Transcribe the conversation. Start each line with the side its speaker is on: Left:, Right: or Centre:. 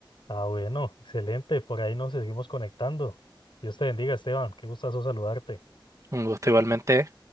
Left: Ah, bueno, excelente, por ahí nos seguimos conectando. Dios te bendiga, Esteban, qué gustazo saludarte.
Right: Un gusto igualmente.